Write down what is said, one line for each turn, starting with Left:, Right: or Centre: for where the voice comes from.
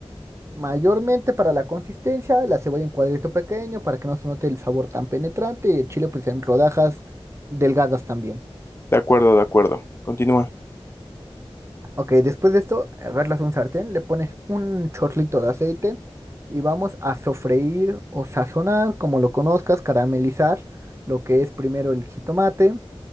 Right: Mayormente para la consistencia, la cebolla en cuadrito pequeño para que no se note el sabor tan penetrante y el chile pues en rodajas delgadas también.
Left: De acuerdo, de acuerdo. Continúa.
Right: Ok, después de esto, agarras un sartén, le pones un chorlito de aceite y vamos a sofreír o sazonar, como lo conozcas, caramelizar lo que es primero el jitomate.